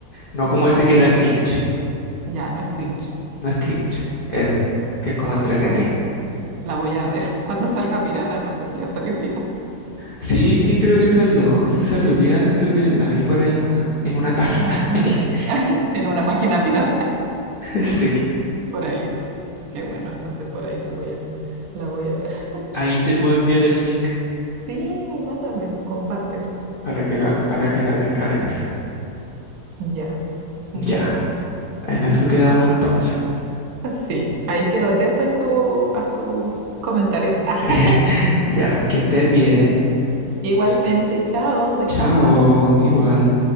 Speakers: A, on the left; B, on the right.
A: No como
B: Ya,
A: ese que da cringe,
B: ya, no es cringe.
A: no es cringe, eso, que es como
B: Ay,
A: entretenido.
B: qué buena. La voy a ver. <laughs> Cuando salga pirata, no sé si ya salió pirata.
A: Sí, sí, creo que salió, sí salió pirata, creo que la vi por ahí en una, en una página.
B: Ah,
A: <laughs>
B: en una página pirata.
A: Sí,
B: Por ahí. Qué bueno, entonces por ahí la voy a, la voy a ver. <laughs>
A: ahí te puedo enviar el link
B: Sí, mándamelo, compártelo.
A: para que la, para que la descargues.
B: Ya, muchas
A: Ya,
B: gracias.
A: en eso quedamos entonces.
B: <laughs> Sí, ahí quedo atenta a su, a sus comentarios. <laughs>
A: <laughs> Ya, que estés bien.
B: Igualmente, chao, descansa.
A: Chao, igual.